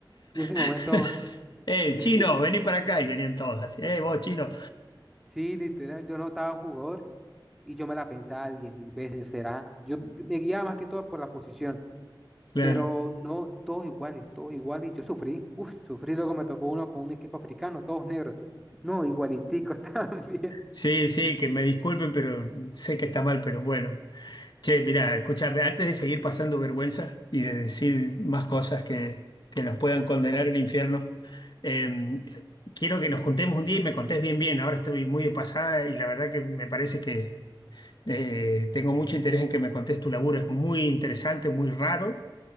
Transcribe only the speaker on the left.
<laughs> Eh,
chino, vení para acá y venían todos así. Eh, vos, chino.
Claro.
Sí, sí, que me disculpen, pero sé que está mal, pero bueno. Che, mirá, escúchame, antes de seguir pasando vergüenza y de decir más cosas que, que nos puedan condenar al infierno, eh, quiero que nos juntemos un día y me contés bien, bien. Ahora estoy muy de pasada y la verdad que me parece que eh, tengo mucho interés en que me contés tu laburo. Es muy interesante, muy raro